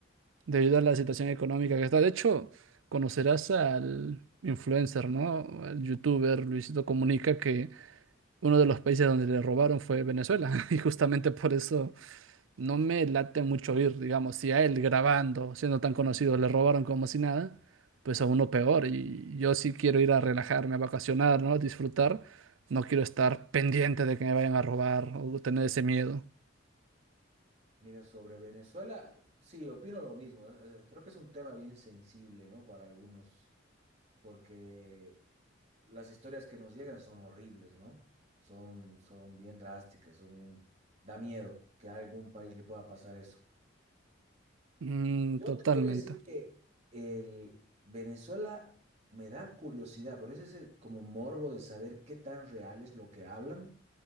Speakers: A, on the right (about 85°); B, on the right (about 35°).
A: debido a la situación económica que está. De hecho, conocerás al influencer, ¿no? Al youtuber Luisito Comunica, que uno de los países donde le robaron fue Venezuela. <laughs> Y justamente por eso no me late mucho ir, digamos, si a él grabando, siendo tan conocido, le robaron como si nada, pues a uno peor. Y yo sí quiero ir a relajarme, a vacacionar, ¿no? Disfrutar. No quiero estar pendiente de que me vayan a robar o tener ese miedo.
B: Mira, sobre Venezuela, sí, opino lo mismo. eh, eh, Creo que es un tema bien sensible, ¿no? Para algunos, porque las historias que nos llegan son horribles, ¿no? Son, son bien drásticas, son bien... Da miedo que a algún país le pueda pasar eso.
A: Mm,
B: Yo
A: totalmente.
B: te podría decir que el Venezuela me da curiosidad, pero es ese como morbo de saber qué tan real es lo que hablan,